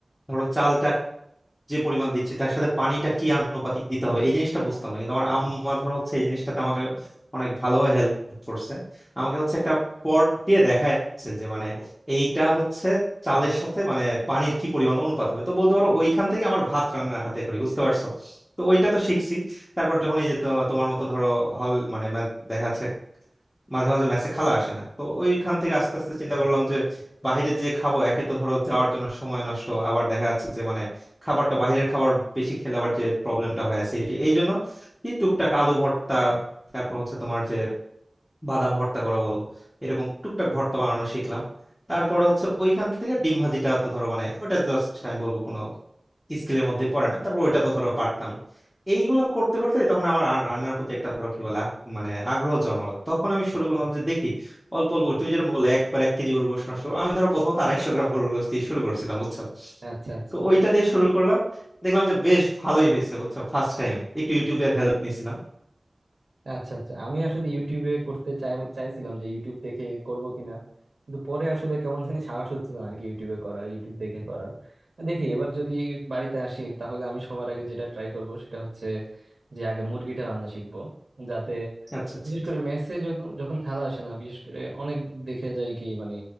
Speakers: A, on the left; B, on the right.
A: ধরো চালটা যে পরিমাণ দিচ্ছি তার সাথে পানিটা কি আনুপাতিক দিতে হবে এই জিনিসটা বুঝতাম না কিন্তু আমার আম্মা ধরো হচ্ছে এই জিনিসটাতে আমাকে অনেক ভালোভাবে হেল্প করছে আমাকে হচ্ছে একটা পট দিয়ে দেখাচ্ছে যে মানে এইটা হচ্ছে চালের সাথে মানে পানির কি পরিমাণ অনুপাত হবে তো বলতে পারো ওইখান থেকে আমার ভাত রান্নার হাতে করি বুঝতে পারছো তো ওইটা তো শিখছি তারপর যখন এই যে তো- তোমার মতো ধরো হল মানে math দেখা যাচ্ছে মাঝে মাঝে মেসে খালা আসে না তো ওইখান থেকে আস্তে আস্তে চিন্তা করলাম যে বাইরে যে খাবো একে তো ধরো যাওয়ার জন্য সময় নষ্ট আবার দেখা যাচ্ছে যে মানে খাবারটা বাইরের খাবার বেশি খেলে আবার যে প্রবলেমটা হয় অ্যাসিডিটি এই জন্য কি টুকটাক আলু ভর্তা তারপর হচ্ছে তোমার যে বাদাম ভর্তা করা বলো এরকম টুকটাক ভর্তা বানানো শিখলাম তারপরে হচ্ছে ওইখান থেকে ডিম ভাজিটা তো ধরো মানে ওটা জাস্ট আমি বলবো কোনো স্কিলের মধ্যে পড়ে না তারপর ওইটা তো ধরো পারতামই এইগুলো করতে করতে তখন আমার আর রান্নার প্রতি একটা ধরো কি বলে আগ- মানে আগ্রহ জন্মালো তখন আমি শুরু করলাম যে দেখি অল্প অল্প করে- তুমি যেটা বললে একবার এক কেজি গরুর গোশত নষ্ট করো। আমি ধরো প্রথমত আড়াইশো গ্রাম গরুর গোশত দিয়ে শুরু করছিলাম বুঝছো
B: আচ্ছা আচ্ছা
A: তো ওইটা দিয়ে শুরু করলাম দেখলাম যে বেশ ভালোই হয়েছে বুঝছো ফার্স্ট টাইমে একটু ইউটিউবের হেল্প নিয়েছিলাম
B: আচ্ছা আচ্ছা আমি আসলে ইউটিউবে করতে চাই চাইছিলাম যে ইউটিউব দেখে করব কিনা কিন্তু পরে আসলে কেমন জানি সাহস হচ্ছিল না আর কি ইউটিউবে করার ইউটিউব দেখে করার দেখি এবার যদি বাড়িতে আসি তাহলে আমি সবার আগে যেটা ট্রাই করব সেটা হচ্ছে যে আগে মুরগিটা রান্না শিখবো যাতে
A: আচ্ছা আচ্ছা
B: বিশেষ করে মেসে যত- যখন খালা আসে না বিশেষ করে অনেক দেখে যায় কি মানে